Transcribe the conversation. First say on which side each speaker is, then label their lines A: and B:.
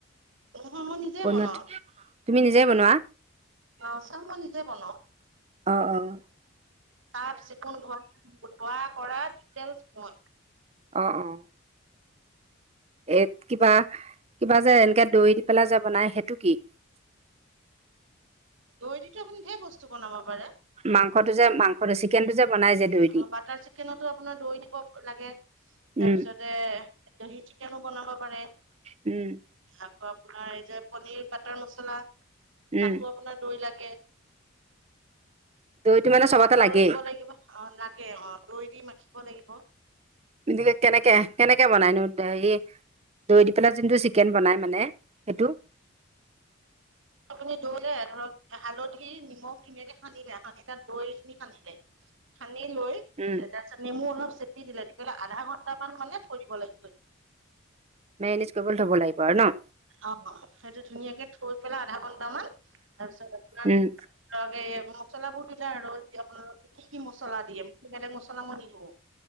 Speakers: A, on the right; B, on the right.
A: নহয় মই নিজে
B: বনোৱাত
A: বনাও
B: তুমি নিজে বনোৱা।
A: অ', চাহ মই নিজে বনাওঁ।
B: অ' অ'
A: চাফ চিকুণ ধোৱা খোৱা কৰা <unintelligible> মই
B: অ' অ' এ কিবা কিবা যে এনেকে দৈ দি পেলাই যে বনায় সেইটো কি? <inaudible>
A: দৈ দিতো আপুনি ধেৰ বস্তু বনাব পাৰে।
B: মাংসটোযে মাংসটো <unintelligible> কেনটোযে বনায় যে দৈ দি
A: অ' বাটাৰ চিকেনতো আপোনাৰ দৈ দিব লাগে তাৰপিছত
B: উম
A: <unintelligible> দহি চিকেনো বনাব পাৰে।
B: উম,
A: আকৌ আপোনাৰ এই যে পনিৰ বাটাৰ মচলা তাতো
B: উম
A: আপোনাৰ দৈ লাগে।
B: দৈটো মানে
A: সেইটো
B: চবতে
A: বাটাৰো
B: লাগেই
A: দিব লাগিব অ লাগে অ দৈ দি মাখিব লাগিব।
B: <unintelligible> কেনেকে কেনেকে বনায়নো হেৰি দৈ দি পেলাই যোনটো চিকেন বনাই মানে এইটো।
A: আপুনি দৈ লৈ ধৰক হালধি নিমখ ধুনীয়াকে সানিলে সানি তাত দৈখিনি সানিলে সানি লৈ
B: উম
A: <unintelligible> নেমু অলপ চেপি দিলে তেতিয়াহলে আধা ঘন্টামান মানে থৈ দিব লাগিব।
B: <unintelligible> কৰিবলৈ থব লাগিব আৰু ন
A: অ', সেইটো ধুনীয়াকে থৈ পেলাই আধা ঘন্টামান তাৰপিছত আপোনাৰ
B: উম
A: ধৰক এই মছলাবোৰ দিলে আৰু দি আপোনালোকে কি কি মছলা দিয়ে মোৰ বেলেগ মছলা মছলা মই নিদিওঁ